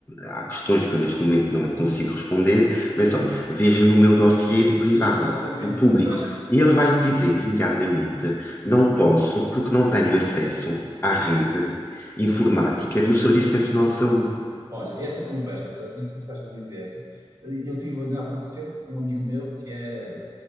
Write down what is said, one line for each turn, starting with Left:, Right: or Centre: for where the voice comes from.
Left: há questões que eu neste momento não lhe consigo responder, mas olha, veja no meu dossiê do privado,
Right: exatamente.
Left: do público,
Right: E eu acho que
Left: e ele vai te dizer imediatamente, não posso porque não tenho acesso à rede
Right: é isso.
Left: informática do Serviço Nacional de Saúde.
Right: Olha, essa conversa, que- isso que estás a dizer, eh, eu tive há pouco tempo com um amigo meu que é, eh,